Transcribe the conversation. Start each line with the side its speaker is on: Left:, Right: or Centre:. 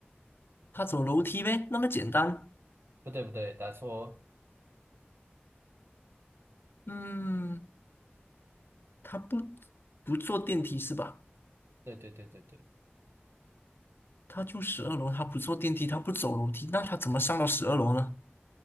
Left: 他走楼梯呗，那么简单。
Right: 不对不对，答错哦，
Left: 嗯，他不不坐电梯是吧？
Right: 对对对对对，
Left: 他住十二楼，他不坐电梯，他不走楼梯，那他怎么上到十二楼呢？